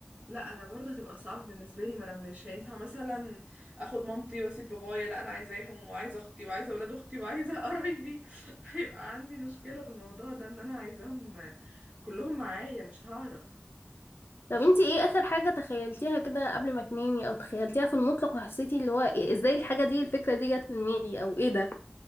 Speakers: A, on the right; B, on the left.
A: لا انا برضه هتبقى صعبة بالنسبة لي ما انا مش هينفع مثلا اخد مامتي واسيب بابايا لا انا عايزاهم وعايزة اختي وعايزة ولاد اختي وعايزة <laughs> قرايبي هيبقى عندي مشكلة في الموضوع ده ان انا عايزاهم كلهم معايا مش هعرف مش
B: طب انتي ايه اخر حاجة تخيلتيها كده قبل ما تنامي او تخيلتيها في المطلق وحسيتي اللي هو إيه- ازاي الحاجة دي الفكرة دي جت في دماغي او ايه ده